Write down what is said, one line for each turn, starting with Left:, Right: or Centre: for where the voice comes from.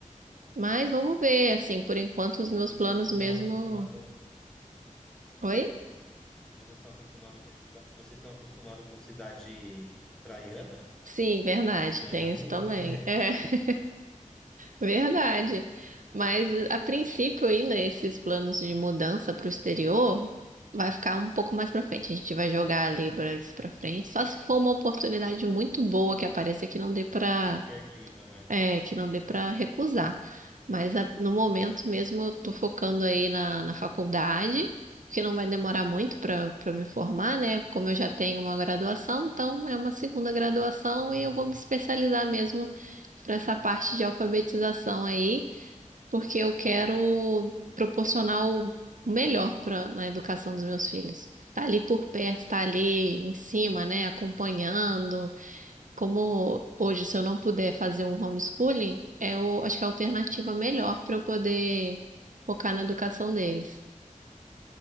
Right: Mas vamos ver, assim, por enquanto
Centre: E
Right: os meus
Centre: vocês
Right: planos
Centre: que
Right: mesmo.
Centre: estão acostumados,
Right: Oi?
Centre: vocês estão acostumados com, cida- vocês estão acostumados com cidade praiana?
Right: Sim, verdade,
Centre: Vão estranhar
Right: tem isso
Centre: muito,
Right: também.
Centre: <laughs> né?
Right: <laughs> Verdade. Mas a princípio, ainda esses planos de mudança para o exterior vai ficar um pouco mais para frente. A gente vai jogar ali para isso para frente. Só se for uma oportunidade muito boa que apareça que não dê para
Centre: Imperdível, né?
Right: é, que não dê para recusar. Mas a- no momento mesmo eu tô focando aí na, na faculdade, que não vai demorar muito para para me formar, né? Como eu já tenho uma graduação, então é uma segunda graduação e eu vou me especializar mesmo para essa parte de alfabetização aí, porque eu quero proporcionar o o melhor para na educação dos meus filhos. Tá ali por perto, tá ali em cima, né? Acompanhando. Como hoje, se eu não puder fazer um homeschooling, é o, acho que é a alternativa melhor para eu poder focar na educação deles.